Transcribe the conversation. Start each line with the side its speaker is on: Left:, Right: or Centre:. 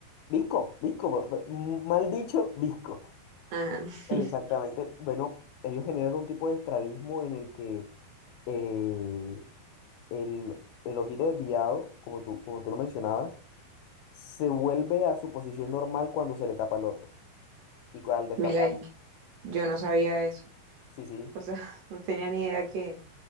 Left: Visco, visco, bo- bo- mal dicho, visco.
Right: Ajá. <laughs>
Left: Exactamente. Bueno, ellos generan un tipo de estrabismo en el que eh, el, el ojito desviado, como tú, como tú lo mencionabas, se vuelve a su posición normal cuando se le tapa el otro. Y cu- al destapar,
Right: Mira, yo no sabía eso.
Left: sí, sí,
Right: O sea, <laughs> no tenía ni idea que,